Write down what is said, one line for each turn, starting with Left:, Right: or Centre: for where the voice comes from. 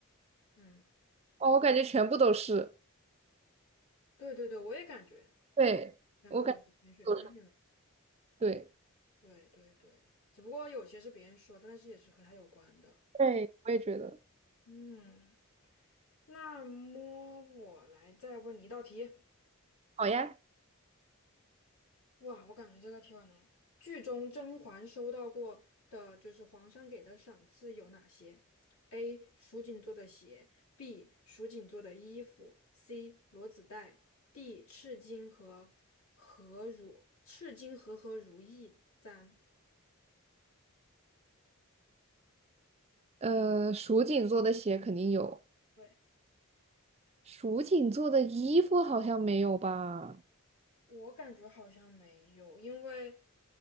Left: 嗯，
Right: 哦，我感觉全部都是，
Left: 对对对，我也感觉
Right: 对，
Left: 全部都是玄学。
Right: 我感觉都是，
Left: 嗯，
Right: 对，
Left: 对对对，只不过有些是别人说的，但是也是和他有关的。
Right: 对，我也觉得，
Left: 嗯，那么我来再问你一道题。
Right: 好呀，
Left: 哇，我感觉这个题好难。剧中甄嬛收到过的就是皇上给的赏赐有哪些？A. 蜀锦做的鞋，B. 蜀锦做的衣服，C. 罗子带，D. 赤金和和如赤金和和如意簪。
Right: 呃，蜀锦做的鞋肯定有，
Left: 对。
Right: 蜀锦做的衣服好像没有吧？
Left: 我感觉好像没有，因为